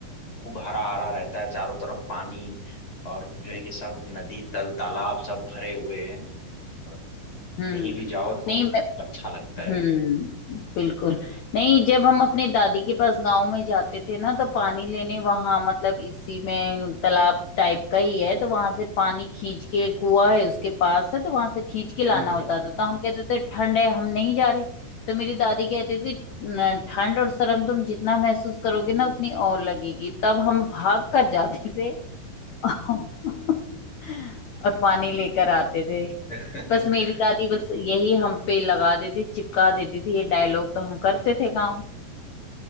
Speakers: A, on the left (about 35°); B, on the left (about 85°).
A: वो खूब हरा हरा रहता है चारों तरफ पानी और जो है कि सब नदी तल तालाब सब भरे हुए हैं और कहीं
B: हम्म
A: भी जाओ तो
B: नहीं मैं-
A: अच्छा लगता है
B: हम्म बिल्कुल नहीं जब हम अपने दादी के पास गांव में जाते थे ना तो पानी लेने वहां मतलब इसी में तालाब टाइप का ही है तो वहां से पानी खींच के कुआं है उसके पास है तो वहां से खींच के लाना
A: हम्म
B: होता
A: हम्म।
B: था तो हम कहते थे ठंड है हम नहीं जा रहे तो मेरी दादी कहती थी "न, ठंड और शर्म तुम जितना महसूस करोगे ना उतनी और लगेगी तब हम भाग कर जाते थे <laughs> और पानी लेकर आते थे
A: <laughs>
B: बस मेरी दादी बस यही हम पे लगा देती चिपका देती थी ये डायलॉग तो हम करते थे काम